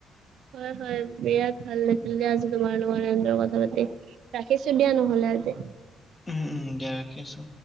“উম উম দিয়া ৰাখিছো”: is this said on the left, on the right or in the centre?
Left